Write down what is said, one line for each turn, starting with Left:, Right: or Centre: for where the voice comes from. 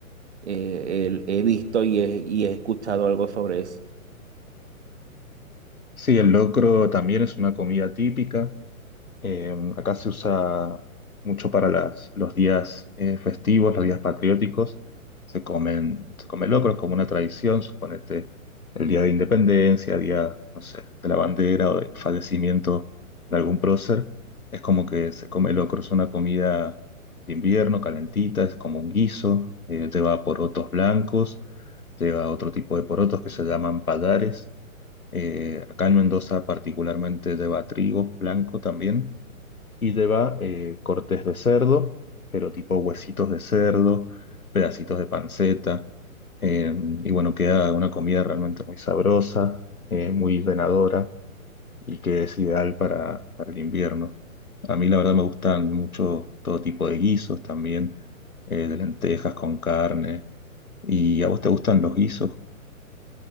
Right: Eh, el- he visto y he, y he escuchado algo sobre eso.
Left: Sí, el locro también es una comida típica. Eh, acá se usa mucho para las, los días eh, festivos, los días patrióticos. Se comen, se come locro, es como una tradición, suponete el día de independencia, día, no sé, de la bandera o de fallecimiento de algún prócer. Es como que se come locro, es una comida de invierno, calentita, es como un guiso, eh, lleva porotos blancos, lleva otro tipo de porotos que se llaman pallares. Eh, acá en Mendoza particularmente lleva trigo blanco también y lleva eh, cortes de cerdo, pero tipo huesitos de cerdo, pedacitos de panceta, eh, y bueno, queda una comida realmente muy sabrosa, eh, muy llenadora y que es ideal para, para el invierno. A mí la verdad me gustan mucho todo tipo de guisos también, eh, de lentejas con carne. ¿Y a vos te gustan los guisos?